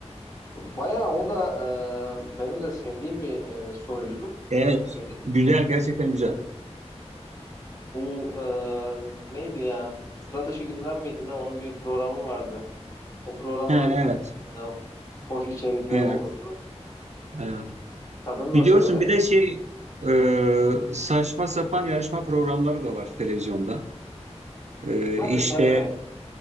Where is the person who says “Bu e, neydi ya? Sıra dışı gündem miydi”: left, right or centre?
Left